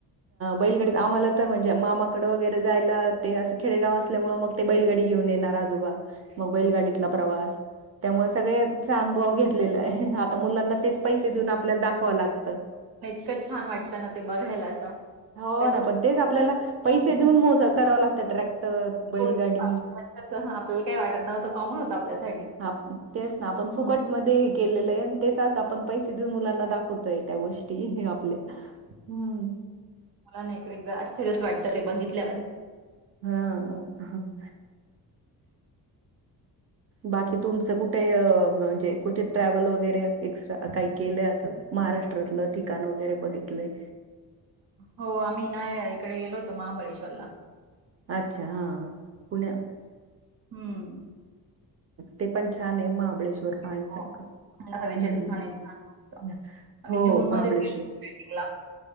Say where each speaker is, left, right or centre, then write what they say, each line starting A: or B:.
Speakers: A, on the right; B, on the right.
A: बैलगडित आम्हाला म्हणजे मामाकड वगैरे जायला ते अस खेडेगाव असल्यामुळे मग ते बैलगाडी घेऊन येणार आजोबा मग बैलगाडीतला प्रवास त्यामुळे चा सगळचाअनुभव घेतलेलाय. ता मुलांना तेच पैसे देऊन आपल्याला दाखवाव लागत.
B: इतकंच छान वाटतं ना ते बघायला असं.
A: हो
B: त्यांच्या
A: ना पण ते आपल्याला पैसे देऊन मोज कराव लागतं ट्रॅक्टर बैलगाडी
B: हो. कसं हां, आपल्याला काही वाटत नव्हतं कॉमन होतं आपल्यासाठी.
A: ह तेच ना आपण फुकट
B: हं.
A: मध्ये हे केल. तेच आपण पैसे देऊन मुलांना दाखवतोय त्या गोष्टी आपल्या ह.
B: मला ना एक एकदा आश्चर्यच वाटतं ते बघितल्यावर.
A: हम बाकी तुमचं कुठे म्हणजे कुठे ट्रॅव्हल वगैरे एक्स्ट्रा काही केलंय अस महाराष्ट्रातलं ठिकाण वगैरे बघितलंय?
B: हो आम्ही नाय इकडे गेलो होतो महाबळेश्वरला.
A: अच्छा हा पुण्या
B: हम्म.
A: ते पण छान आहे महाबळेश्वर. पाण्यासारखं
B: हो. थंड हवेच्या
A: हम्म
B: ठिकाणी छान मस्त. आम्ही
A: हो
B: जूनमध्येच
A: महाबळेश्वर.
B: गेलो होतो स्टार्टिंगला.